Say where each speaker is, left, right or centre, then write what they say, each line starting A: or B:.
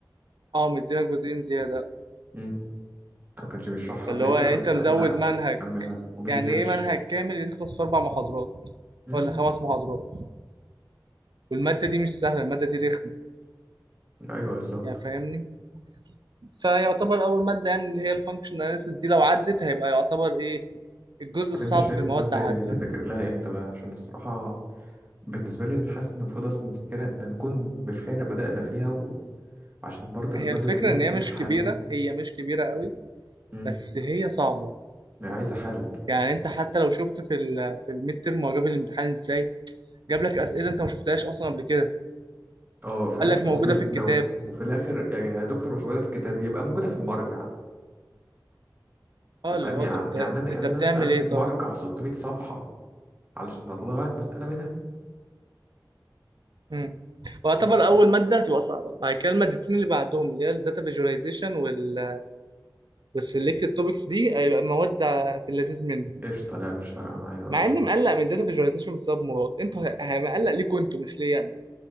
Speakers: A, on the right (about 65°); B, on the right (about 25°).
A: اه مدينا جزئين زياده
B: امم ما كانش بيشرحها
A: فاللي
B: قبل
A: هو
B: كده
A: يعني
B: بس
A: انت مزود
B: قال لأ
A: منهج
B: هكملها وبينزلش
A: يعني ايه منهج كامل يخلص في اربع محاضرات
B: امم
A: ولا خمس محاضرات والماده دي مش سهله الماده دي رخمه
B: أيوه بالظبط
A: يعني فاهمني فيعتبر اول ماده يعني اللي هي الفانكشن اناليسيس دي لو عدت هيبقى يعتبر ايه الجزء
B: طب
A: الصعب
B: أنت شايف
A: في المواد
B: المفروض ت-
A: عدى
B: تذاكر لها إمتى بقى عشان الصراحة بالنسبة لي حاسس إن المفروض أصلا نذاكرها ده نكون بالفعل بدأنا فيها عشان برضه
A: هي
B: المادة
A: الفكره
B: زي دي
A: ان
B: تحتاج
A: هي مش
B: حل
A: كبيره هي مش كبيره قوي
B: مم.
A: بس هي صعبه
B: يعني عايزة حل
A: يعني انت حتى لو شفت في ال في الميد تيرم هو جاب الامتحان ازاي جاب لك اسئله انت ما شفتهاش اصلا قبل كده
B: اه فاهم
A: قال لك موجوده
B: وفي ال-
A: في الكتاب
B: ده وفي الآخر يا دكتور مش موجودة في الكتاب يبقى موجودة في المرجع
A: اه
B: أنت
A: اللي
B: فاهم
A: هو
B: يعني
A: طب انت
B: يعني أنا يعني
A: انت
B: أنا
A: بتعمل
B: أصلا أمسك
A: ايه طيب
B: مرجع 600 صفحة علشان أطلع لك مسألة منها
A: امم واعتبر
B: مم.
A: اول ماده هتبقى صعبه بعد كده المادتين اللي بعدهم اللي هي الداتا فيجواليزيشن وال والسلكتد توبكس دي هيبقى مواد في اللذيذ منهم
B: قشطة لا مش فارقة معايا اه
A: مع اني مقلق من داتا فيجواليزيشن بسبب مراد انتوا ه- ه- مقلق ليكوا انتوا مش ليا انا